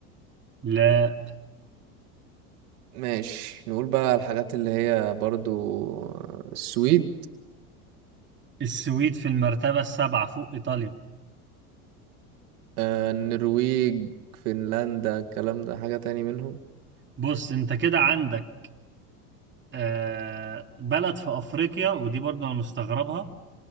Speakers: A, on the right (about 25°); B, on the right (about 75°).
A: لا
B: ماشي نقول بقى الحاجات اللي هي برضو آه، السويد
A: السويد في المرتبة السابعة فوق إيطاليا
B: آه النرويج فنلندا الكلام ده حاجة تاني منهم
A: بص أنت كده عندك آه بلد في أفريقيا ودي برضه أنا مستغربها